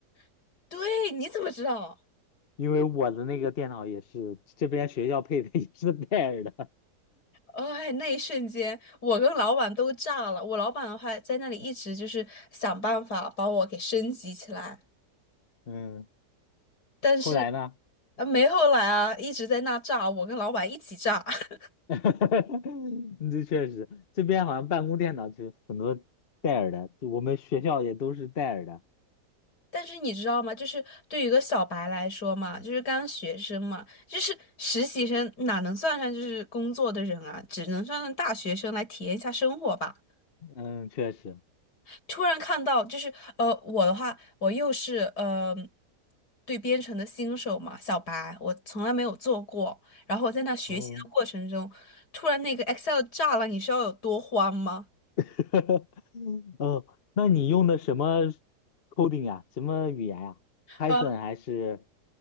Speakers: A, on the left; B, on the left.
A: <laughs> 对，你怎么知道？
B: 因为我的那个电脑也是这边学校配的，也是戴尔的。
A: 哦哎，那一瞬间，我跟老板都炸了。我老板的话，在那里一直就是想办法把我给升级起来。
B: 嗯，
A: 但是
B: 后来呢？
A: 啊，没后来啊，一直在那炸，我跟老板一起炸。<laughs>
B: <laughs> 嗯这确实，这边好像办公电脑就很多戴尔的，就我们学校也都是戴尔的。
A: 但是你知道吗？就是对于一个小白来说嘛，就是刚学生嘛，就是实习生哪能算上就是工作的人啊？只能算上大学生来体验一下生活吧。
B: 嗯，确实。
A: 突然看到，就是呃，我的话，我又是呃，对编程的新手嘛，小白，我从来没有做过。然后我在那学习的过程中，
B: 哦。
A: 突然那个 Excel 炸了，你知道有多慌吗？
B: <laughs> 嗯，那你用的什么 coding 啊？什么语言呀？p
A: 呃。
B: y t h o n 还是？